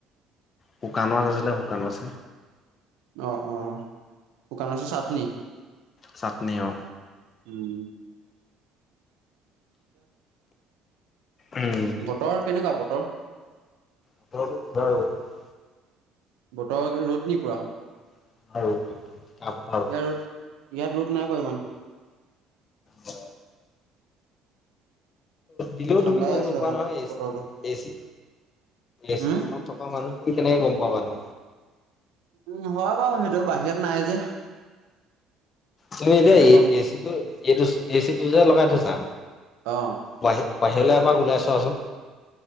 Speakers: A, on the left; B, on the right.
A: শুকান মাছ আছিলে শুকান মাছ।
B: অ অ শুকান মাছৰ চাটনি।
A: চাটনি অ,
B: উম,
A: উম,
B: বতৰ কেনেকুৱা বতৰ।
A: <unintelligible>
B: বতৰ ৰ'দ নি পুৰা।
A: <unintelligible>
B: ইয়াত ৰ'দ ইয়াত ৰদ নাইপৰা ইমান।
A: অ। দিলেও
B: ঠাণ্ডাই
A: তুমি গম
B: আছে
A: নোপোৱা
B: অলপ
A: নহয় এ এচি
B: বতৰটো
A: এচি এচি
B: উম
A: তলত। থকা মানুখিনি কেনেকে গম পাবানো।
B: উম হয় বাৰু সেইটো বাহিৰত নাই যে।
A: তুমি
B: সেইকাৰণে
A: এতিয়া
B: গম
A: এচি টো এইটো এচিটো যে লগাই থৈছা,
B: অ
A: বাহিৰ বাহিৰলৈ এবাৰ ওলাই চোৱাচোন।